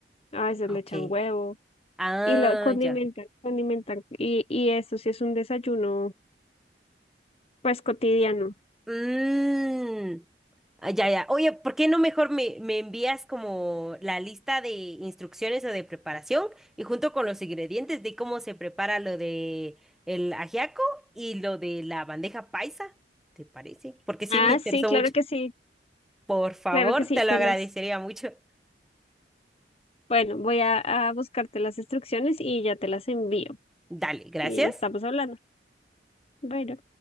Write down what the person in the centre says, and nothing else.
Ok.
Ah,
ya.
Mm, ah, ya, ya. Oye, ¿por qué no mejor me, me envías como la lista de instrucciones o de preparación y junto con los ingredientes de cómo se prepara lo de el ajiaco y lo de la bandeja paisa? ¿Te parece? Porque sí
me interesó
mucho.
Por favor,
te lo
agradecería
mucho.
Dale, gracias.